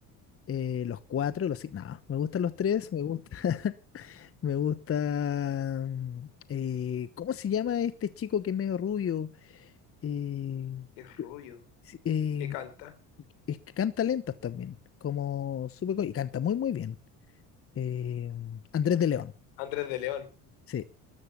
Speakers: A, on the left; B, on the left.
A: eh, Los Cuatro, los cinco, no, me gustan Los Tres, me gusta, <laughs> me gusta, mm, eh, ¿cómo se llama este chico que es medio rubio? Eh,
B: Qué rubio.
A: sí, eh,
B: que canta.
A: es que canta lentas también, como súper co- y canta muy muy bien. Eh, Andrés de León,
B: Andrés de León,
A: sí,